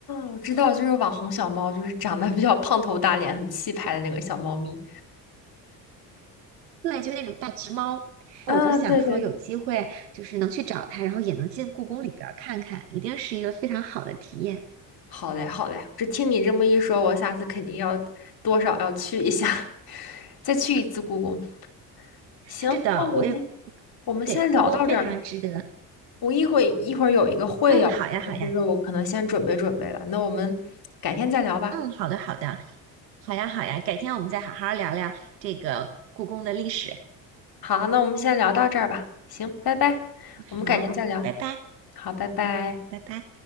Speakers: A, on the left; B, on the right.
A: 我知道，就是网红小猫，就是长得比较胖头大脸、很气派的那个小猫咪。
B: 对，就那种大橘猫，
A: 啊，
B: 我就想说有机会就是能去找它，
A: 对对对。
B: 然后也能进故宫里边儿看看，一定是一个非常好的体验。
A: 好嘞，好嘞，这听你这么一说，我下次肯定要多少要去一下，<laughs> 再去一次故宫。行，
B: 是的，
A: 那我们
B: 我也
A: 我们先聊到这儿吧。
B: 对故宫非常值得。
A: 我一会一会儿有一个会要开，
B: 嗯，好呀，好呀，
A: 就是我可能先准备准备了。那我们改天再聊吧。
B: 嗯，好的，好的，好呀，好呀，改天我们再好好聊聊这个故宫的历史。
A: 好，那我们先聊到这儿吧。行，拜拜，我们改天好再聊。
B: 好，拜拜，
A: 好，拜拜。
B: 拜拜。